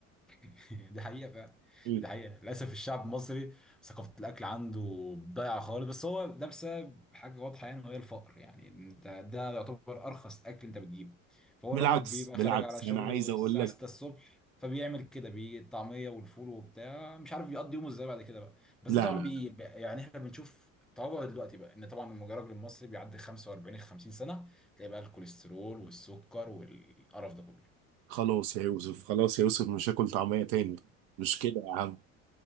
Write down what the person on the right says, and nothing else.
مم.
بالعكس
بالعكس
انا عايز اقول
لك
لا
لا
خلاص يا يوسف خلاص يا يوسف مش هاكل طعمية تاني مش كده يا عم